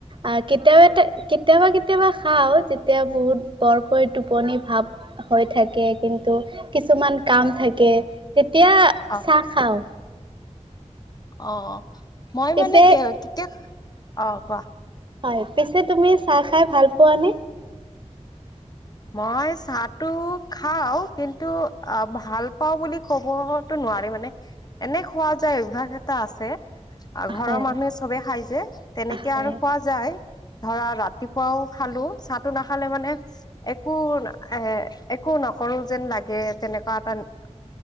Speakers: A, on the right; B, on the left.
A: অ' কেতিয়াবাটো কেতিয়াবা কেতিয়াবা খাও, যেতিয়া বহুত বৰকৈ টোপনি ভাব হৈ থাকে কিন্তু, কিছুমান কাম থাকে তেতিয়া
B: অ
A: চাহ খাও।
B: অ', মই
A: পিছে
B: মানে কে কেতিয়া--অ'কোৱা।
A: হয়, পিছে তুমি চাহ খাই ভাল পোৱানে? <inaudible>
B: মই চাহটো খাওঁ, কিন্তু ভাল পাওঁ বুলি কব টো নোৱাৰি মানে এনে খোৱা যায়, অভ্যাস এটা আছে। আৰু
A: হয়
B: ঘৰৰ মানুহে চবে খাই যে, তেনেকে
A: হয়
B: আৰু খোৱা যায়, ধৰা ৰাতিপুৱাও খালো। চাহটো নাখালে মানে একো, এ একো নকৰো যেন লাগে তেনেকুৱা <unintelligible>